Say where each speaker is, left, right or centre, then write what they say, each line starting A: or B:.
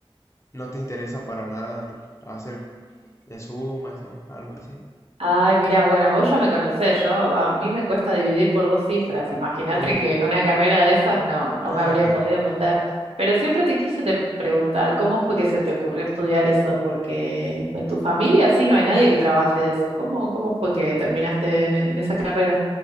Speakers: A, on the left (about 30°); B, on the right (about 80°).
A: No te interesa para nada el- hacer eh, sumas o algo así.
B: Ay, mira, bueno, vos ya me conocés, yo a mí me cuesta dividir por dos cifras. Imagínate
A: Oh,
B: que en una carrera de esas no, no
A: no,
B: me habría
A: no,
B: podido
A: no.
B: meter. Pero siempre te quise te preguntar, ¿cómo fue que se te ocurrió estudiar eso? Porque en tu familia sí no hay nadie que trabaje de eso. ¿Cómo, cómo fue que terminaste en, en esa carrera?